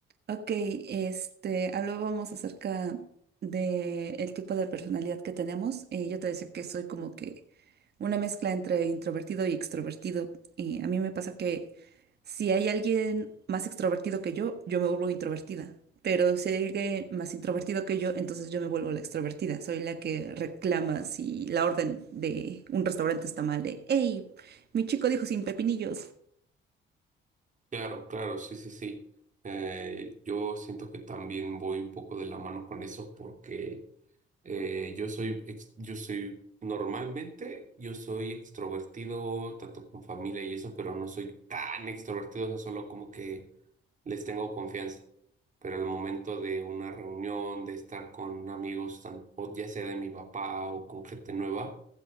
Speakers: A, on the right; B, on the right.
A: Ok, este, hablábamos acerca de el tipo de personalidad que tenemos. Eh, yo te decía que soy como que una mezcla entre introvertido y extrovertido. Y a mí me pasa que si hay alguien más extrovertido que yo, yo me vuelvo introvertida. Pero si hay alguien más introvertido que yo, entonces yo me vuelvo la extrovertida. Soy la que reclama si la orden de un restaurante está mal de, hey, mi chico dijo sin pepinillos.
B: Claro, claro, sí, sí, sí. Eh, yo siento que también voy un poco de la mano con eso porque eh, yo soy, ex- yo soy, normalmente yo soy extrovertido, tanto con familia y eso, pero no soy tan extrovertido, o sea, solo como que les tengo confianza. Pero al momento de una reunión, de estar con amigos, tan- o ya sea de mi papá o con gente nueva,